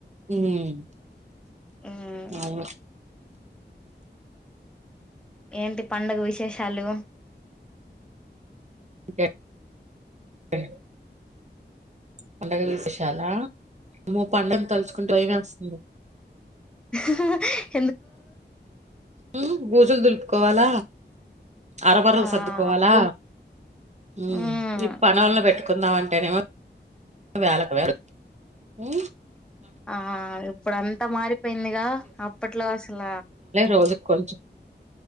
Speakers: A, on the right (about 40°); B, in the centre.
A: మ్
B: హ్మ్
A: అవును
B: ఏంటి పండుగ విశేషాలు?
A: ఏ ఏ పండగ విశేషాల అమ్మో పండుగ తలుచుకుంటె భయం వేస్తుంది.
B: హ్హ్హ్
A: ఉ భూసులు దులుపుకోవాల? అరబరలు
B: ఆ
A: సర్దుకోవాలా
B: అబ్బో
A: ఉ
B: హ్మ్
A: ఈ పన్నోని పెట్టుకుందామం టెనేమో వేలక్ వేలు ఉ
B: ఆహ ఇప్పుడు అంతా మారిపోయిందిగా అప్పట్లో అసల
A: కోజి కొంచ్